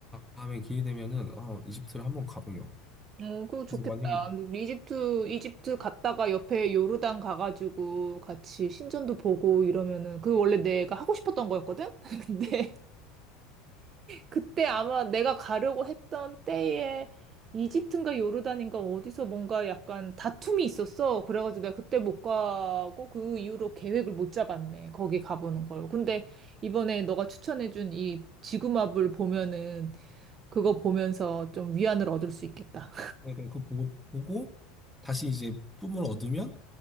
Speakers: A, in the centre; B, on the right.
A: 다음에 기회 되면은 아, 이집트를 한번 가보려고.
B: 어, 그거 좋겠다.
A: 그래서 만약에
B: 이집트, 이집트 갔다가 옆에 요르단 가가지고 같이 신전도 보고 이러면은, 그 원래 내가 하고 싶었던 거였거든? <laughs> 근데 그때 아마 내가 가려고 했던 때에 이집트인가 요르단인가 어디서 뭔가 약간 다툼이 있었어. 그래가지고 내가 그때 못 가고 그 이후로 계획을 못 잡았네. 거기 가보는 걸. 근데 이번에 너가 추천해준 이 지구마블 보면은 그거 보면서 좀 위안을 얻을 수 있겠다.
A: 그러니까 그 보고 보고 다시 이제 뿜을 얻으면